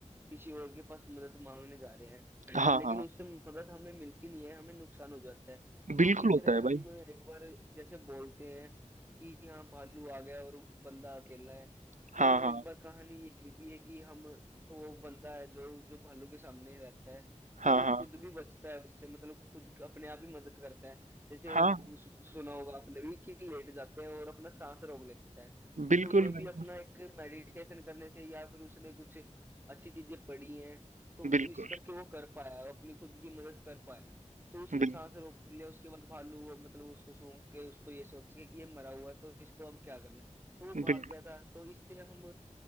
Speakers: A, on the right; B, on the right.
A: किसी और के पास मदद मांगने जा रहे हैं
B: हाँ,
A: <clears throat> लेकिन
B: हाँ।
A: उससे मदद हमें मिलती नहीं है हमें नुकसान हो जाता है तो
B: बिल्कुल
A: इसी
B: होता
A: तरह
B: है भाई।
A: हम एक बार जैसे बोलते हैं कि यहाँ भालू आ गया और बंदा अकेला है
B: हाँ,
A: तो एक
B: हाँ।
A: बार कहानी ये भी है कि हम वो बंदा है जो जो भालू के सामने रहता है
B: हाँ,
A: तो वो
B: हाँ।
A: खुद भी बचता है उससे मतलब खुद अपने आप ही मदद करता है जैसे
B: हाँ,
A: सु- सुना होगा आपने भी कि लेट जाते हैं और अपना सांस रोक लेता है
B: बिल्कुल,
A: तो ये भी
B: बिल्कुल।
A: अपना एक मेडिटेशन करने से या फिर उसने कुछ अच्छी चीजें पढ़ी हैं तो
B: बिल्कुल,
A: इस करके वो कर पाया वो अपनी खुद की मदद कर पाया तो उसने
B: बिल
A: सांस रोक लिया उसके बाद भालू वो मतलब उसको सूंघ के उसको ये सोच के कि ये मरा हुआ है तो इसको अब क्या करना है तो वो भाग
B: बिल
A: गया था तो इससे हम